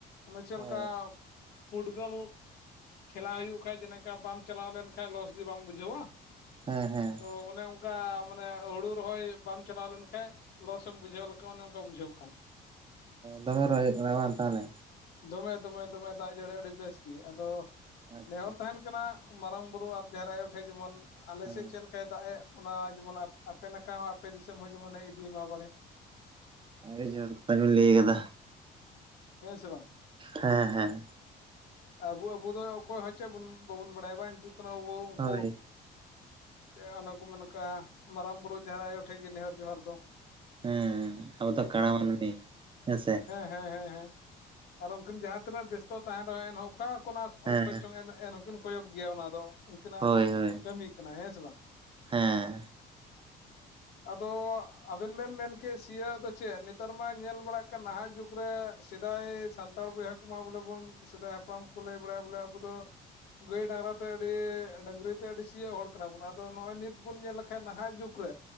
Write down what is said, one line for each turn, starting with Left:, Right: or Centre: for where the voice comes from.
Left: ᱚᱱᱮ ᱪᱮᱫ ᱞᱮᱠᱟ
Right: ᱚ
Left: ᱯᱷᱩᱴᱵᱚᱞ ᱠᱷᱮᱞᱟ ᱦᱩᱭᱩᱜ ᱠᱷᱟᱡ ᱡᱮᱱᱠᱟ ᱵᱟᱢ ᱪᱟᱞᱟᱣ ᱞᱮᱱᱠᱟᱱᱡ ᱞᱚᱥ ᱜᱮ ᱵᱟᱢ ᱵᱩᱡᱷᱟᱹᱣᱟ?
Right: ᱦᱮᱸ ᱦᱮᱸ᱾
Left: ᱦᱚᱸ ᱚᱱᱮ ᱚᱝᱠᱟ ᱢᱟᱱᱮ ᱦᱩᱲᱩ ᱨᱚᱦᱚᱭ ᱵᱟᱢ ᱪᱟᱞᱟᱣ ᱞᱮᱱᱠᱷᱟᱡ ᱞᱚᱥ ᱮᱢ ᱵᱩᱡᱷᱟᱹᱣ ᱞᱮᱠᱷᱟᱡ ᱚᱱᱮ ᱚᱝᱠᱟ ᱵᱩᱡᱷᱟᱹᱜ ᱠᱟᱱ
Right: ᱫᱚᱢᱮ ᱨᱚᱦᱚᱭ ᱦᱩᱭᱩᱜ ᱠᱟᱱᱟ ᱵᱟᱝ ᱛᱟᱦᱟᱞᱮ?
Left: ᱫᱚᱢᱮ ᱫᱚᱢᱮ ᱫᱚᱢᱮ ᱫᱟᱜ ᱡᱟᱹᱲᱤ ᱟᱹᱰᱤ ᱵᱮᱥ ᱜᱮ ᱟᱫᱚ
Right: ᱟᱪᱪᱷᱟ
Left: ᱱᱮᱦᱚᱨ ᱛᱟᱦᱮᱸᱱᱼᱼ ᱦᱩᱭᱩᱜ ᱠᱟᱱᱟ ᱢᱟᱨᱟᱝ ᱵᱩᱨᱩ ᱟᱨ ᱡᱟᱦᱮᱨ ᱟᱭᱳ ᱴᱷᱮᱡ ᱡᱮᱢᱚᱱ ᱟᱞᱮ
Right: ᱦᱮᱸ
Left: ᱥᱮᱫ ᱪᱮᱫ ᱞᱮᱠᱟᱭ ᱫᱟᱜ ᱮᱫ ᱚᱱᱟ ᱜᱮᱵᱚᱱ <unintelligible> ᱟᱯᱮ ᱱᱟᱠᱷᱟ ᱦᱚᱸ ᱟᱯᱮ ᱫᱤᱥᱚᱢ ᱦᱚᱸ ᱡᱮᱢᱚᱱᱮ ᱤᱫᱤᱭ ᱢᱟ ᱵᱟᱲᱮ ᱾
Right: ᱟᱨᱮ ᱡᱚᱨ ᱠᱚᱛᱷᱟ ᱵᱤᱱ ᱞᱟᱹᱭ ᱟᱠᱟᱫᱟ ᱾
Left: ᱦᱮᱸ ᱥᱮ ᱵᱟᱝ ᱾
Right: ᱦᱮᱸ ᱦᱮᱸ ᱾
Left: ᱟᱵᱩ ᱟᱵᱩ ᱫᱚ ᱚᱠᱚᱭ ᱦᱚᱸ ᱪᱮᱫ ᱵᱚᱱ ᱵᱟᱵᱚᱱ ᱵᱟᱲᱟᱭᱟ ᱵᱟᱝ ᱡᱮ ᱠᱟᱱᱟ ᱟᱵᱩ ᱩᱱᱠᱚ
Right: ᱦᱳᱭ
Left: ᱚᱱᱟ ᱠᱚ ᱢᱮᱱ ᱠᱟᱜ ᱢᱟᱨᱟᱝ ᱵᱩᱨᱩ ᱡᱟᱦᱮᱨ ᱟᱭᱳ ᱴᱷᱮᱡ ᱜᱮ ᱱᱮᱦᱚᱨ ᱡᱚᱦᱟᱨ ᱫᱚ ᱾
Right: ᱦᱮᱸ ᱟᱵᱚ ᱫᱚ ᱠᱟᱹᱬᱟ ᱢᱟᱹᱱᱢᱤ ᱦᱮᱸᱥᱮ ᱾
Left: ᱦᱮᱸ ᱦᱮᱸ ᱦᱮᱸ ᱟᱨ ᱩᱱᱠᱤᱱ ᱡᱟᱦᱟᱸ ᱛᱤᱱᱟᱹᱜ ᱵᱮᱥᱛᱚ ᱛᱟᱦᱮᱸᱱ ᱨᱮᱦᱚᱸ ᱮᱱᱦᱚᱸ ᱚᱠᱟ ᱠᱚᱱᱟᱜᱼᱼ ᱚᱸ
Right: ᱦᱮᱸ
Left: ᱠᱷᱚᱸᱧ ᱪᱚᱝ ᱮᱱ ᱦᱚᱸᱠᱤᱱ ᱠᱚᱭᱚᱜ ᱜᱮᱭᱟ ᱚᱱᱟ ᱫᱚ ᱩᱱᱠᱤᱱᱟᱜ
Right: ᱦᱳᱭ ᱦᱳᱭ
Left: ᱠᱟᱹᱢᱤ ᱠᱟᱱᱟ ᱦᱮᱸ ᱥᱮ ᱵᱟᱝ ᱾
Right: ᱦᱮᱸ
Left: ᱟᱫᱚ ᱟᱵᱮᱱ ᱵᱮᱱ ᱢᱮᱱ ᱠᱮᱜ ᱥᱤᱭᱳᱜ ᱫᱚ ᱪᱮᱫ ᱱᱮᱛᱟᱨ ᱢᱟ ᱧᱮᱞ ᱵᱟᱲᱟᱜ ᱠᱟᱱ ᱱᱟᱦᱟᱜ ᱡᱩᱜᱽ ᱾ ᱯᱩᱨᱟᱹᱥᱮᱫᱟᱭ ᱥᱟᱱᱛᱟᱲ ᱵᱚᱭᱦᱟ ᱠᱚᱢᱟ ᱵᱚᱞᱮ ᱵᱚᱱ ᱥᱮᱫᱟᱭ ᱦᱟᱯᱲᱟᱢ ᱠᱚ ᱞᱟᱹᱭ ᱵᱟᱲᱟᱭᱟ ᱵᱚᱞᱮ ᱟᱵᱚ ᱫᱚ ᱾ ᱜᱟᱹᱭ ᱰᱟᱝᱨᱟ ᱛᱮ ᱟᱹᱰᱤ ᱰᱟᱝᱨᱤ ᱛᱮ ᱟᱹᱰᱤ ᱥᱤᱭᱚᱜ ᱦᱚᱲ ᱠᱟᱱᱟ ᱵᱚᱱ ᱟᱫᱚ ᱱᱚᱜᱼᱚᱭ ᱱᱤᱛ ᱵᱚᱱ ᱧᱮᱞ ᱞᱮᱠᱷᱟᱱ ᱱᱟ.... ᱱᱟᱦᱟᱜ ᱡᱩᱜᱽ ᱨᱮ